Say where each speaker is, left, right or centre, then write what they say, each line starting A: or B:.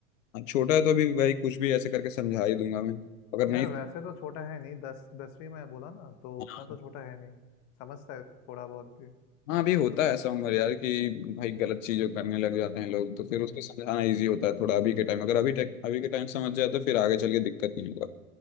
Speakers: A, on the left; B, on the left.
A: हाँ, छोटा है तो अभी भाई कुछ भी ऐसे करके समझा ही दूंगा मैं अगर नहीं
B: यार वैसे तो छोटा है नहीं दस दसवीं में बोला ना तो
A: हाँ
B: उतना तो छोटा है नहीं समझता है थोड़ा बहुत भी
A: हाँ अभी होता है ऐसा उम्र यार कि भाई गलत चीजें करने लग जाते हैं लोग तो
B: हम्म,
A: फिर उसको समझाना इजी होता है थोड़ा अभी के टाइम अगर अभी टेक अभी के टाइम समझ जाए तो फिर आगे चल के दिक्कत नहीं होगा